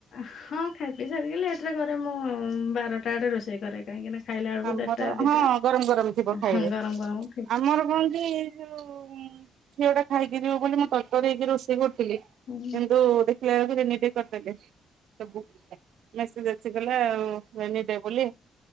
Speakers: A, on the left; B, on the right.
A: ହଁ ଖାଇ ପିଇ ସାରିକି ଲେଟ୍ ରେ କରେ ମୁଁ ବାରଟା ଆଡେ ରୋଷେଇ କରେ କାହିଁକି ନା ଖାଇଲା ବେଳକୁ
B: ଆମର
A: ଦେଢଟା ଦିଟା
B: ହଁ ଗରମ୍ ଗରମ୍ ଥିବ ଖାଇବେ
A: ହଁ ଗରମ ଗରମ
B: ଆମର କଣ କି ଯୋଉ ଇଏଟା ଖାଇକି ଯିବେ ବୋଲି ମୁଁ ତର୍ତର ହେଇକି ରୋଷେଇ କରୁଥିଲି
A: ଥିଲେ
B: କିନ୍ତୁ ଦେଖିଲା ବେଳକୁ ଏମିତି କରିଦେଲେ। ସବୁ ମେସେଜ୍ ଆସିଗଲା ଆଉ ରେନି ଡେ ବୋଲି